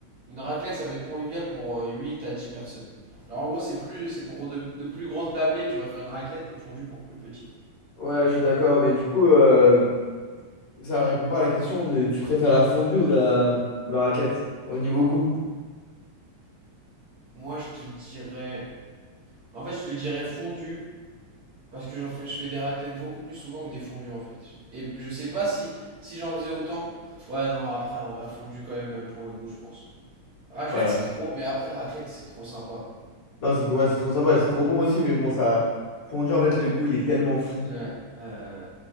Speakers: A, on the right; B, on the left.
A: Une raclette, ça va être convivial pour euh, 8 à 10 personnes. Alors, en gros, c'est plus, c'est pour de, de plus grandes tablées, tu vas faire une raclette et fondue pour plus petites.
B: Ouais, je suis d'accord, mais du coup, euh, ça répond pas à la question de tu préfères la fondue ou la, ou la raclette au niveau goût.
A: Moi, je te dirais... En fait, je te dirais fondue Parce que j'en fais, je fais des raclettes beaucoup plus souvent que des fondues en fait. Et je sais pas si, si j'en faisais autant. Ouais, non, après en vrai, fondu quand même, même pour le goût, je pense. Raclette,
B: Ouais, la
A: c'est trop. Mais après, raclette, c'est trop sympa.
B: Non, c'est ouais, c'est trop sympa, c'est trop bon aussi, mais bon, ça. Fondue, en fait, le goût, il est tellement fou.
A: Ouais. Euh,